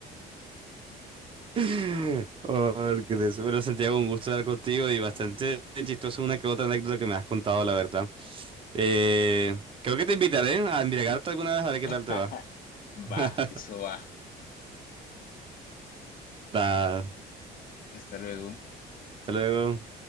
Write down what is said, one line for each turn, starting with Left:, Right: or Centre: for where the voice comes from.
Right: <laughs> Porque les- bueno, Santiago, un gusto hablar contigo y bastante chistoso una que otra anécdota que me has contado, la verdad. Eh, creo que te invitaré a embriagarte alguna vez a ver qué
Left: <laughs>
Right: tal te va.
Left: Va,
Right: <laughs>
Left: eso va.
Right: Da,
Left: Hasta luego.
Right: hasta luego.